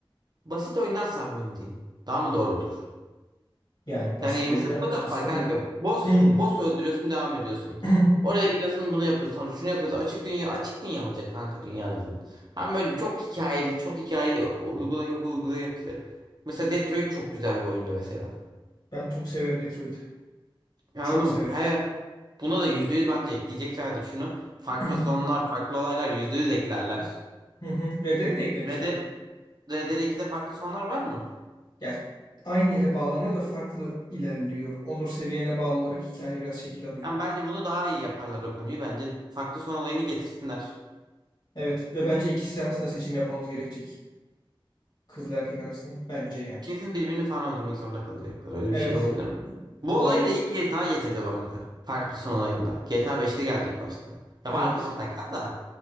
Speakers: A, on the right; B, on the left.
A: basit oyunlar sarmıyor mu diyeyim? Daha mı doğru olur?
B: Yani basit
A: Yani
B: oyundan
A: mesela Godot
B: kastın
A: var kanka.
B: ne ama?
A: Boss,
B: Hmm.
A: boss öldürüyorsun devam ediyorsun.
B: <clears throat>
A: Oraya gidiyorsun bunu yapıyorsun. Şunu yapıyorsun. Açık dünya açık dünya olacak kanka dünya dedin. Ben böyle çok hikayeli çok hikaye uygulaya uygulaya yapılıyor. Mesela Detroit çok güzel bir oyundu mesela.
B: Ben çok severim Detroit'i.
A: Anladın
B: Çok severim.
A: mı? Her, buna da %100 bence ekleyeceklerdir şunu. Farklı
B: <clears throat> Hı
A: sonlar farklı olaylar %100 eklerler.
B: hı. Red Dead'e de eklemişlerdi.
A: Red Dead, Red Dead 2'de farklı sonlar var mı?
B: Ya aynı yere bağlanıyor da farklı ilerliyor. Onur seviyene bağlı olarak hikaye biraz şekil alıyor.
A: Yani bence bunu daha iyi yaparlar o konuyu. Bence farklı son olayını getirsinler.
B: Evet ve bence ikisi arasında seçim yapmamız gerekecek. Kızla erkek arasında. Bence yani.
A: Kesin birbirini falan öldürmek zorunda kalacaklar. Öyle
B: Evet.
A: bir şey olabilir mi? Bu
B: Olabilir.
A: olayı da ilk GTA getirdi bu arada. Farklı son olayında. GTA beşte geldi ilk başta. Ya
B: Evet.
A: vardı mutlaka da.